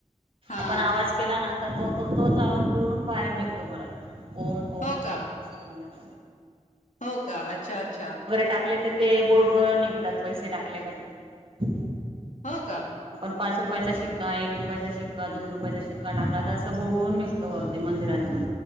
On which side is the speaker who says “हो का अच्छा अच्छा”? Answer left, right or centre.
Left